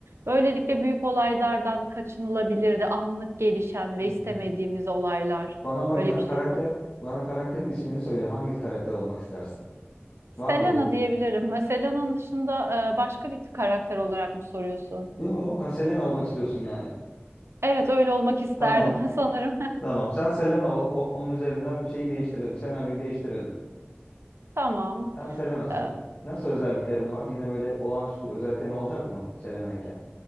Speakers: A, on the right; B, on the left.
A: Böylelikle büyük olaylardan kaçınılabilirdi. Anlık gelişen
B: Hmm.
A: ve istemediğimiz olaylar
B: Bana ama
A: öyle
B: bir tane
A: bir şey
B: karakter,
A: olabilir.
B: bana karakterin ismini söyle. Hangi karakter olmak istersin?
A: Selena
B: Var mı böyle?
A: diyebilirim. Selena'nın dışında e, başka bir karakter olarak mı soruyorsun?
B: Yok, ha, Selena olmak istiyorsun yani.
A: Evet öyle olmak isterdim
B: Tamam.
A: <laughs> sanırım.
B: Tamam. Sen Selena ol. O, onun üzerinden bir şeyi değiştirelim. Senaryoyu değiştirelim.
A: <laughs> Tamam.
B: Sen Selena'sın.
A: Ee,
B: Nasıl özelliklerin var? Yine böyle olağanüstü özelliklerin olacak mı Selena iken?